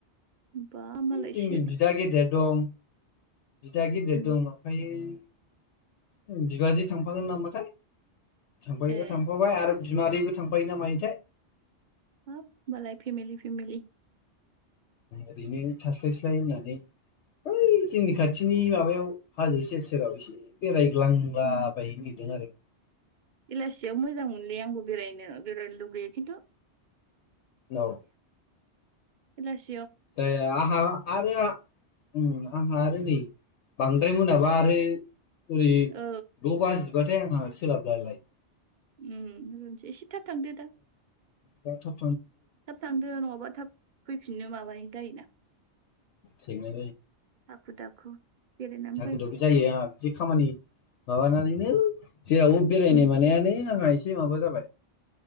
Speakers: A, on the right; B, on the left.
A: बा मालायसो
B: जोंनि बिदा गेदेर दं । बिदा गिदिर
A: उम
B: दं ओमफ्राययो । बिबाजै थांफागोन नामाथाय थांफायोबा
A: ए
B: थांफाबाय आरो बिमादैबो थांफायो ना मायोथाय?
A: हाब मालाय फेमेलि फेमेलि
B: ओरैनो थास्लायस्लाय होननानै ओइ जोंनि खाथिनि माबायाव हाजो सेर सेराव एसे बेरायग्लांलाबायनो
A: उम
B: नागिरदों आरो ।
A: बेलासियाव मोजां मोनलै आंबो बेरायनो बेरायनो लुगैयो खिन्थु
B: औ
A: बेलासि
B: जाया आहा आरो आंहा नै बांद्राय मोनाबा आरो ओरै द'
A: औ
B: बाजिबाथाय आहा सोलाबलालाय ।
A: ओम होननोसै एसे थाब थांदो दा ।
B: दाथ'
A: थाब थांदो नङाबा थाब फैफिनो माबायो । जायोना
B: खेंनाय
A: हाखु दाखु बेरायनानै
B: हाखु
A: फै
B: दाखु जायो ना बिदि खामानि माबानानैनो जेरावबो बेरायनाय
A: उम
B: मानायानो आंहा एसे माबा जाबाय ।